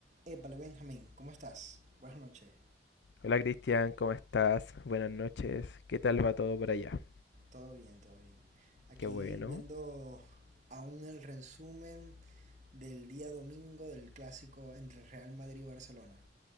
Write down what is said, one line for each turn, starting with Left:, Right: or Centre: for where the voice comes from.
Right: Épale, Benjamín, ¿cómo estás? Buenas noches.
Left: Hola Cristian, ¿cómo estás? Buenas noches. ¿Qué tal va todo por allá?
Right: Todo bien, todo bien. Aquí
Left: Qué bueno.
Right: viendo aún el resumen del día domingo del clásico entre Real Madrid y Barcelona.